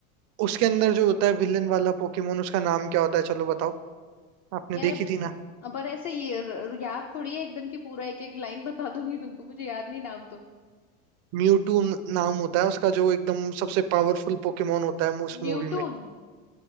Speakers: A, on the right; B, on the left.
A: उसके अंदर जो होता है विलन वाला पोकेमोन उसका नाम क्या होता है चलो बताओ आपने
B: यार
A: देखी
B: अब
A: थी ना
B: अब पर ऐसे ये र- याद थोड़ी है एकदम की पूरा एक एक लाइन बता दूंगी तुमको मुझे याद नहीं नाम तो
A: म्यूटू नाम होता है उसका जो एकदम सबसे पावरफुल पोकेमोन होता है उस
B: म्यूटून
A: मूवी में